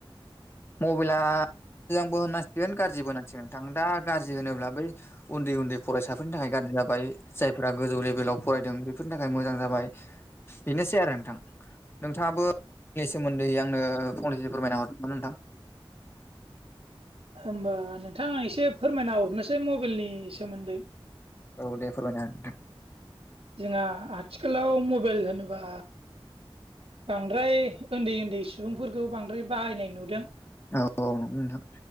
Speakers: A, on the left; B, on the right.
A: मबाइला मोजांबो होननांसिगोन गाज्रिबो होनांसिगोन नोंथां दा गाज्रि होनोब्ला बै उन्दै उन्दै फरायसाफोरनि थाखाय ग्रि जाबाय जायफोर दा गोजौ लेभेलाव फरायदों बेफोरनि थाखाय मोजां जाबाय बेनोसै आरो नोंथां। नोंथाङाबो <unintelligible> सोमोन्दैै आंनो फंनैसे फोरमायना हरदों नोंथां।
B: होमबा नोंथां आं एसे फोरमायना हरनोसै मबेलनि सोमोन्दै।
A: औ दे फोरमायना हो नोंथां।
B: जोंहा आथिखालाव मबेल होनोबा बांद्राय उन्दै उन्दै सुबुंफोरखौ बांद्राय बाहायनाय नुदों।
A: औ औ न नोंथां